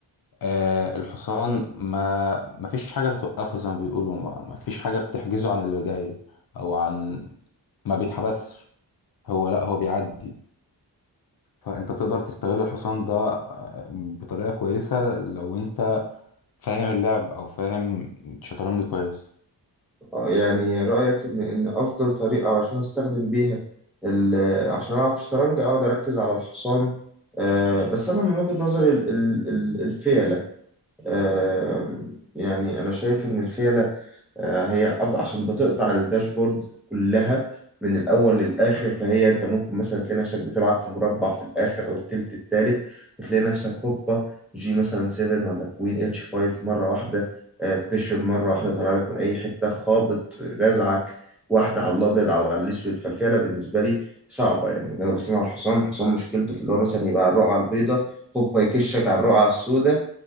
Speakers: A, on the left; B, in the centre.
A: آه الحصان ما ما فيش حاجة بتوقفه زي ما بيقولوا ما ما فيش حاجة بتحجزه عن اللي جاي أو عن ما بيتحبسش هو لا هو بيعدي فأنت تقدر تستغل الحصان ده آه، بطريقة كويسة لو أنت فاهم اللعب أو فاهم الشطرنج كويس
B: آه، يعني رأيك إن إن أفضل طريقة علشان أستخدم بيها ال- عشان ألعب في شطرنج أقعد أركز على الحصان آه، بس أنا من وجهة نظري ال- ال- ال- الفيلة آه، يعني أنا شايف إن الفيلة آه، هي أف- عشان بتقطع الداشبورد كلها من الأول للآخر فهي أنت ممكن مثلا تلاقي نفسك بتلعب في مربع في الآخر أو التلت التالت بتلاقي نفسك هوبا جي مثلا 7 ولا كوين اتش 5 مرة واحدة آه، بيشوب مرة واحدة طالع لك من أي حتة خابط رازعك واحدة على الأبيض أو على الأسود فالفعلة بالنسبة لي صعبة يعني أنا بصنع على الحصان الحصان مشكلته في اللي هو مثلا يبقى على الرقعة البيضاء هوبا يكشك على الرقعة السوداء